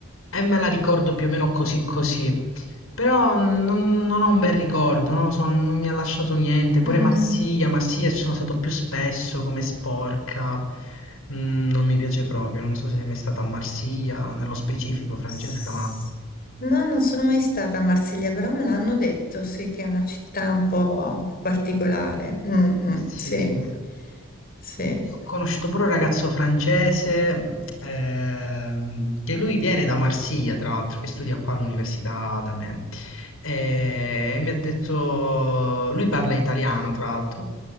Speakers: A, on the left; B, on the left.
A: e me la ricordo più o meno così così. Però mm, non, non ho un bel ricordo, non lo so, non mi ha lasciato niente. Pure
B: Mm.
A: Marsiglia, Marsiglia ci sono stato più spesso come sporca. Mm, non mi piace proprio, non so se è mai stata a Marsiglia, nello specifico Francesca,
B: S-
A: ma...
B: No, non sono mai stata a Marsiglia, però me l'hanno detto, sì, che è una città un po' particolare. Mm, mm,
A: Sì,
B: sì,
A: sì.
B: sì.
A: Io ho conosciuto pure un ragazzo francese ehm, che lui viene da Marsiglia, tra l'altro, che studia qua all'università da me. E mi ha detto, lui parla italiano, tra l'altro,